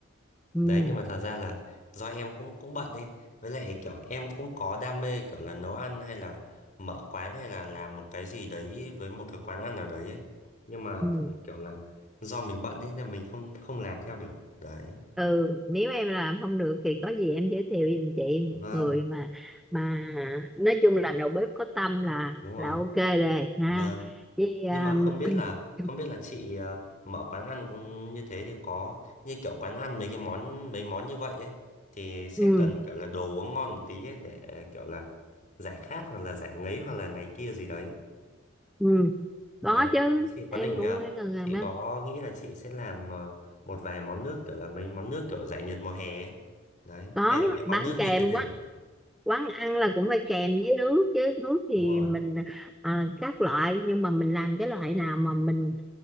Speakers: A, in the centre; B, on the left.
A: Ừ.
B: đấy nhưng mà thật ra là do em cũng cũng bận ấy với lại kiểu em cũng có đam mê kiểu là nấu ăn hay là mở quán hay là làm một cái gì đấy với một cái quán ăn nào đấy ấy. nhưng mà
A: Ừ.
B: kiểu là do mình bận ấy nên mình không không làm theo được đấy
A: ừ nếu em làm không được thì có gì em giới thiệu giùm chị
B: vâng
A: một người mà mà nói chung làm đầu bếp có tâm là
B: đúng rồi
A: là ok rồi ha
B: vâng
A: vì um,
B: nhưng mà không biết là
A: <clears throat>
B: không
A: <coughs>
B: biết là chị ờ, mở quán ăn cũng như thế thì có như kiểu quán ăn mấy cái món mấy món như vậy ấy thì sẽ
A: ừ,
B: cần kiểu là đồ uống ngon một tí ấy để kiểu là giải khát hoặc là giải ngấy hoặc là này kia gì đấy
A: ừ. có
B: đấy
A: chứ
B: thì chị
A: em
B: có định
A: cũng
B: ờ,
A: phải gần gần
B: chị
A: đó
B: có nghĩ là chị sẽ làm ờ, một vài món nước kiểu là mấy món nước kiểu giải nhiệt mùa hè ấy. đấy
A: có
B: hay là mấy
A: bán
B: món nước
A: kèm
B: như thế nào
A: quán quán ăn là cũng phải kèm với nước chứ nước thì
B: đúng rồi
A: mình à, các loại nhưng mà mình làm cái loại nào mà mình